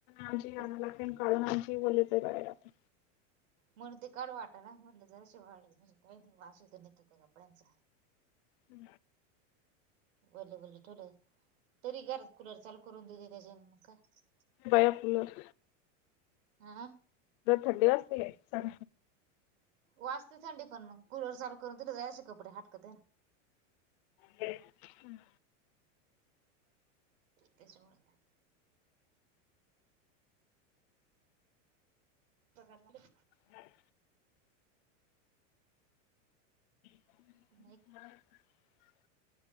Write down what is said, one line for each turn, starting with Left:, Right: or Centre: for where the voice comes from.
Left: आमची आम्हाला
Right: ते
Left: तेन काढून आमची ओलीचयत बाहेरता
Right: म्हणून ते काढू वाटा ना म्हटलं जराशी वाळी म्हणजे काही नाही वाश यत त्या कपड्यांचा
Left: हम्
Right: वल्ले वल्ले ठेवलं तरी घरात कुलर चालू करून देते त्याच्यान म काय
Left: बया कुलर
Right: हा
Left: थंडे वासतीय स
Right: वाजते थंडी पण मग कुलवर चालू करून तरी जायचे कपडे हाटकत ना
Left: ते हम
Right: त्याच्यामुळे पगारला
Left: हम् हम
Right: नाही